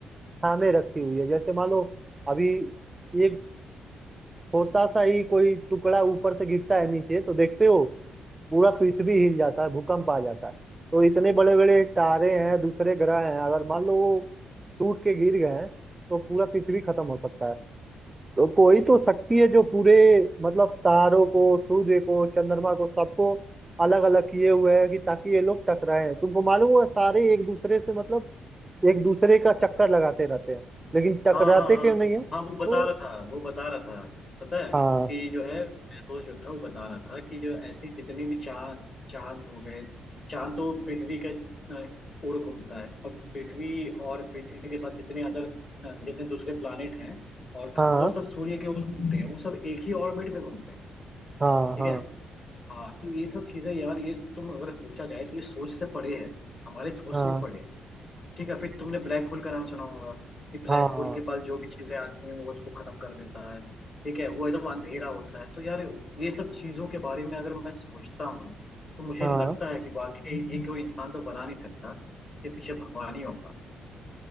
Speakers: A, on the right; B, on the left.
A: थामे रखी हुई है जैसे मान लो अभी एक छोटा सा ही कोई टुकड़ा ऊपर से गिरता है नीचे तो देखते हो पूरा पृथ्वी हिल जाता है भूकंप आ जाता है तो इतने बड़े बड़े तारे हैं दूसरे ग्रह हैं अगर मान लो वो टूट के गिर गए हैं तो पूरा पृथ्वी खत्म हो सकता है तो कोई तो शक्ति है जो पूरे मतलब तारों को सूर्य को चंद्रमा को सबको अलग अलग किए हुए है कि ताकि ये लोग टकराए तुमको मालूम हुआ सारे एक दूसरे से मतलब एक दूसरे का चक्कर लगाते रहते हैं लेकिन टकराते
B: हाँ हाँ हाँ
A: क्यों नहीं है तो
B: हाँ वो बता रहा था वो बता रहा था पता है
A: हाँ
B: कि जो है मेरा दोस्त जो था वो बता रहा था कि जो ऐसी जितनी भी चांद चांद हो गए चांद तो पृथ्वी का अ, ओर घूमता है और पृथ्वी और पृथ्वी के साथ जितने अदर जितने दूसरे प्लानिट हैं और खा-
A: हाँ
B: वो सब सूर्य के ओर घूमते हैं वो सब एक ही ऑर्बिट में घूमते हैं
A: हाँ
B: ठीक
A: हाँ
B: है हाँ तो ये सब चीजें यार ये तुम अगर सोचा जाए तो ये सोच से परे है हमारे सोच
A: हाँ
B: से भी परे है ठीक है फिर तुमने ब्लैक होल का नाम सुना होगा कि ब्लैक
A: हाँ
B: होल के पास जो भी चीजें आती हैं वो उसको खत्म कर देता है ठीक है वो एकदम अंधेरा होता है तो यार ये सब चीजों के बारे में अगर मैं सोचता हूँ तो मुझे
A: हाँ
B: लगता है कि वाकई ये कोई इंसान तो बना नहीं सकता इसके पीछे भगवान ही होगा